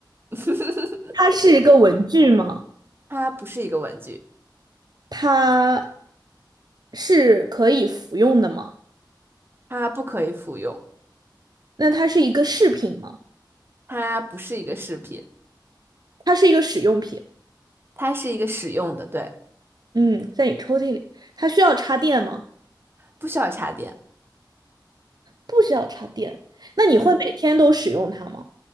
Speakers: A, on the right; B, on the right.
A: <laughs>
B: 它是一个文具吗？
A: 它不是一个文具，
B: 它是可以服用的吗？
A: 它不可以服用，
B: 那它是一个饰品吗？
A: 它不是一个饰品，
B: 它是一个使用品。
A: 它是一个使用的，对，
B: 嗯，在你抽屉里，它需要插电吗？
A: 不需要插电。
B: 不需要插电。那你会每天都使用它吗？
A: 嗯，